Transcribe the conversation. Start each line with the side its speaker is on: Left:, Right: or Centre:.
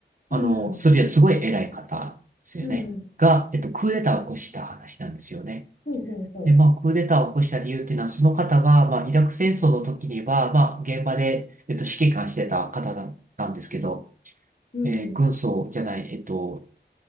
Right: あの、
Left: うん。
Right: するすごい偉い方ですよね。
Left: うん。
Right: が、えっと、クーデターを起こした話なんですよね。
Left: ほうほうほ
Right: で、まあ、クーデターを起こした理由っていうのは、その方が、まあ、イラク戦争の時には、まあ、現場で、えっと、指揮官してた方だったんですけど、
Left: う。うん。
Right: えー軍曹じゃない、えっと、